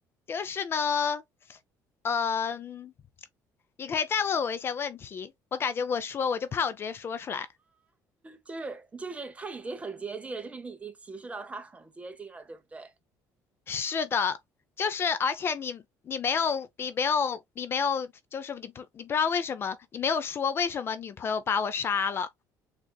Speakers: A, on the left (about 35°); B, on the right (about 20°).
A: 就是呢，嗯、你可以再问我一些问题，我感觉我说我就怕我直接说出来。
B: 就是就是它已经很接近了，就是你已经提示到它很接近了，对不对？
A: 是的，就是而且你你没有你没有你没有，就是你不你不知道为什么你没有说为什么女朋友把我杀了，